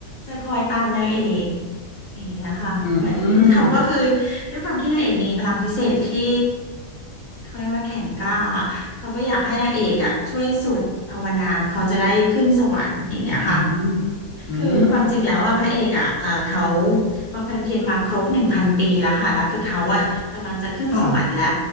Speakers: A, on the left; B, on the left.
A: จะคอยตามนางเอกอย่างเงี้ยค่ะเหมือนเขาก็คือ
B: อืม
A: ด้วยความที่นางเอกมีพลังพิเศษที่ เขาเรียกว่าแข่งกล้า เขาก็อยากให้นางเอกอ่ะช่วยสวดภาวนาเขาจะได้ขึ้นสวรรค์อย่างเงี้ยค่ะ
B: อืมอืม
A: คือความจริงแล้วว่าพระเอกอ่ะเอ่อเขาบำเพ็ญเพียรมาครบหนึ่งพันปีแล้วค่ะแล้วคือเขาอ่ะกำลังจะขึ้นสวรรค์แล้ว
B: ค่ะ